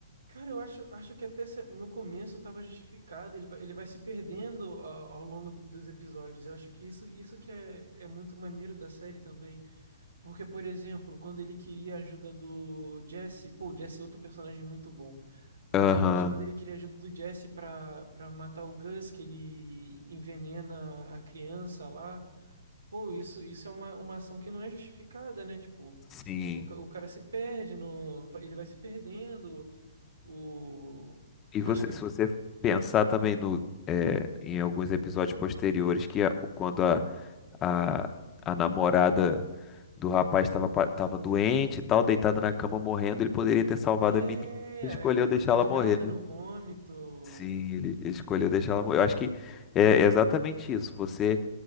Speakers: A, on the right; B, on the left.
A: cara, eu acho, acho que até se- no começo tava justificado. Ele vai, ele vai se perdendo ao, ao longo dos episódios. Eu acho que isso, isso que é, é muito maneiro da série também. Porque, por exemplo, quando ele queria a ajuda do Jesse, pô, o Jesse é outro personagem muito bom. Mas
B: Aham,
A: quando ele queria a ajuda do Jesse pra, pra matar o Gus, que ele envenena a criança lá, pô, isso, isso é uma, uma ação que não é justificada, né? Tipo,
B: sim,
A: o, ca- o cara se perde, no, ele vai se perdendo, o.
B: E
A: Mas
B: você,
A: ca-
B: se você pensar também no, eh, em alguns episódios posteriores, que a- quando a, a, a namorada do rapaz estava pa- tava doente e tal, deitada na cama morrendo, ele poderia ter salvado
A: é
B: a menina. Escolheu
A: en-
B: deixá-la
A: engasgada
B: morrer, né?
A: no vômito.
B: Sim, ele ele escolheu deixar ela morrer. Eu acho que é exatamente isso. Você